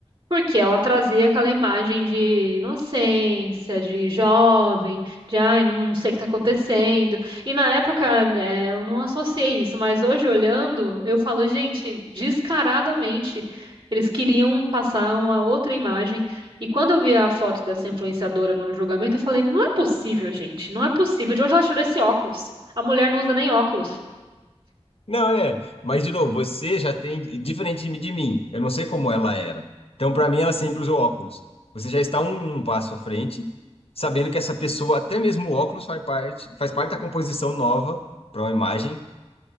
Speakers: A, on the right (about 50°); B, on the left (about 65°).
A: Porque ela trazia aquela imagem de inocência, de jovem, de ai, não, não sei o que tá acontecendo. E na época, né, eu não associei isso, mas hoje olhando, eu falo, gente, descaradamente, eles queriam passar uma outra imagem. E quando eu vi a foto dessa influenciadora no julgamento, eu falei, não é possível, gente, não é possível. De onde ela tirou esse óculos? A mulher não usa nem óculos.
B: Não, é. Mas, de novo, você já tem. Diferente de de mim, eu não sei como ela era. Então, para mim, ela sempre usou óculos. Você já está um, um passo à frente, sabendo que essa pessoa, até mesmo o óculos, faz parte, faz parte da composição nova para uma imagem,